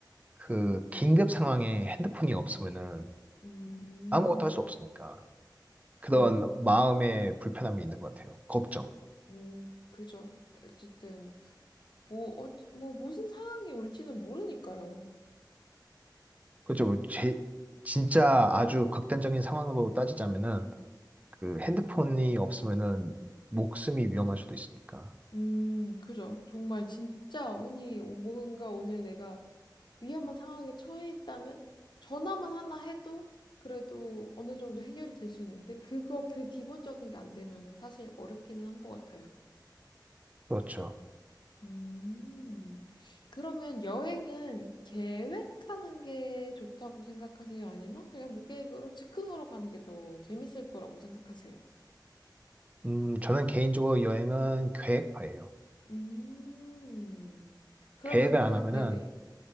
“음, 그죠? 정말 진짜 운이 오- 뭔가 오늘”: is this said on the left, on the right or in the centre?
Left